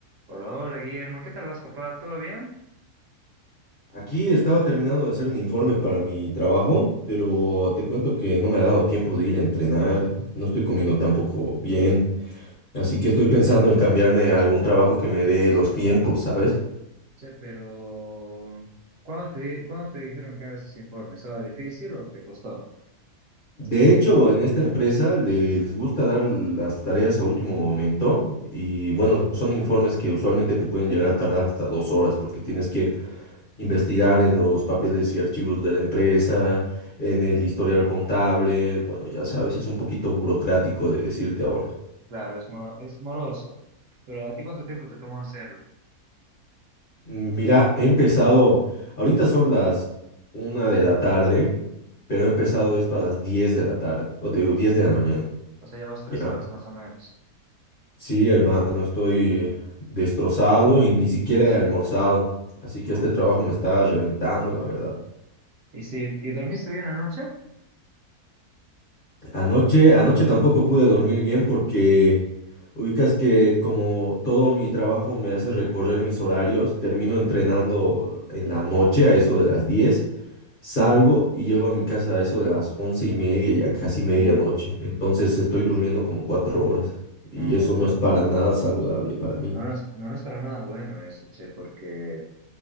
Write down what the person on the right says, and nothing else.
Hola, hola Guillermo, ¿qué tal vas, papá? ¿Todo bien?
Che, pero ¿cuándo te, di- cuándo te dijeron que hagas ese informe? ¿Estaba difícil o te costó?
Claro, es, moro- es moroso, pero ¿a ti cuánto tiempo te tomó hacerlo?
Sí.
O sea, ya vas tres
horas más o menos.
Uf.
¿Y sí, ¿y dormiste bien anoche?
Uh,
no,
todo
mal.
No, no es, no, no es para nada bueno eso, che, porque